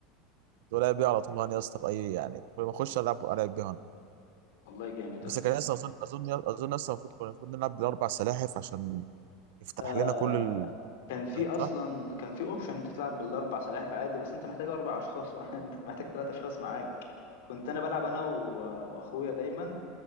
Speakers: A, on the right (about 65°); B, on the left (about 80°).
A: كنت بلعب بيه على طول هان يا اسطى في أي يعني كل ما أخش ألعب ألعب بيه هان
B: والله جامد
A: بس
B: يا اسطى
A: كان
B: والله.
A: لسه أظن أظن أظن لسه المفروض كنا المفروض نلعب بالأربع سلاحف عشان يفتح
B: آه
A: لنا كل ال...
B: كان في اصلا
A: صح؟
B: كان في اوبشن ان انت تلعب بالاربع سلاحف عادي بس انت محتاج اربع اشخاص مع... <laughs> انت محتاج ثلاث اشخاص معاك كنت انا بلعب انا و... واخويا دايما